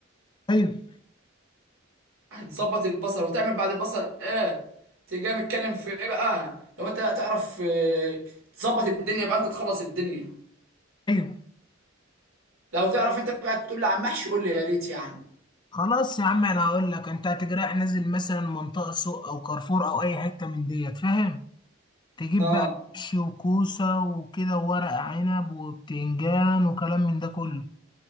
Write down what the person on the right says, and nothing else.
هتظبط البصل وتعمل بعد البصل ايه تيجي متكلم في ايه بقى لو انت بقى تعرف آه، تظبط الدنيا بقى انت تخلص الدنيا
لو تعرف انت بقى تقول لي عن محشي قول لي يا ريت يعني
اه